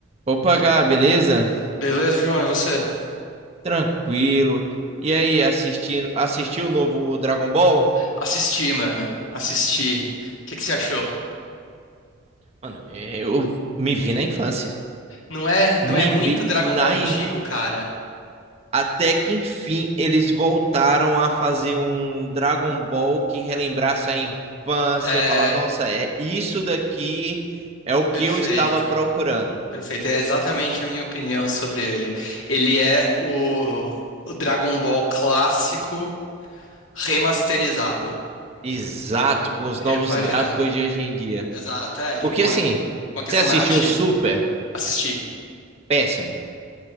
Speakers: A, on the right (about 30°); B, on the left (about 75°).
A: Opa, Gá, beleza?
B: Beleza, João, e você?
A: Tranquilo. E aí, assistindo, assistiu o novo Dragon Ball?
B: Assisti, mano. Assisti. O que que você achou?
A: Mano, eu me vi na infância.
B: Não é, não é
A: Me
B: muito
A: vi
B: Dragon
A: na
B: Ball antigo,
A: in-
B: cara?
A: Até que enfim eles voltaram a fazer um Dragon Ball que relembrasse a infância,
B: É
A: falar, nossa, é isso daqui é o que
B: perfeito.
A: eu estava procurando.
B: Perfeito. É exatamente a minha opinião sobre ele. Ele é o, o Dragon Ball clássico remasterizado.
A: Exato, com os novos
B: Repaginar.
A: gráficos de hoje em dia.
B: Exato, é,
A: Porque
B: e com
A: assim,
B: uma, uma questão
A: você assistiu
B: narrativa.
A: Super?
B: Assisti.
A: Péssimo.